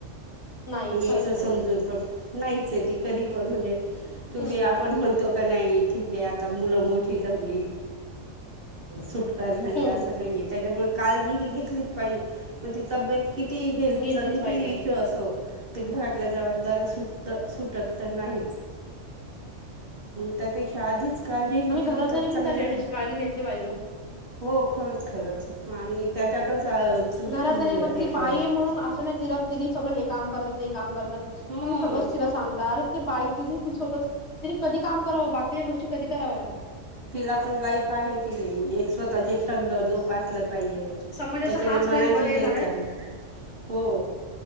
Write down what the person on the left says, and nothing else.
नाहीये
खरंच
नाहीये
हम्म
हम्म
घेतलीच
पाहिजे
आणि घरातल्यानी
पण त्या लेडीज काळजी घेतली पाहिजे ओ
घरातल्यानी
पण ती
बाई म्हणून अस नाही तिला तिन्ही सगळ हे काम करत ते काम <unintelligible> तुम्ही
सगळच तिला सांगता अरे ते बाई तिच ती स्वतःच कधी काम करावा बाकीच्या गोष्टी कधी कराव्या
समाजाचा
हाच
हे
झालाय